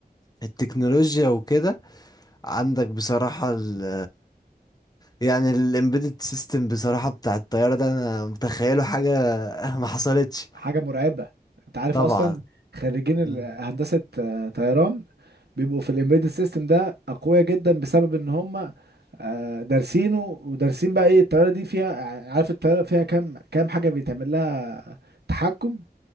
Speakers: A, on the left (about 25°); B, on the right (about 85°).
A: التكنولوجيا وكده عندك بصراحة ال يعني الامبيدد سيستم بصراحة بتاع الطيارة ده انا متخيله حاجة <laughs> ما حصلتش
B: حاجة مرعبة انت عارف
A: طبعا
B: اصلا خريجين ال-
A: مم.
B: هندسة آه، طيران بيبقوا في الامبيدد سيستم ده اقوياء جدا بسبب ان هم آه، دارسينه ودارسين بقى ايه الطيارة دي فيها عارف الطيارة فيها كام كام حاجة بيتعمل لها تحكم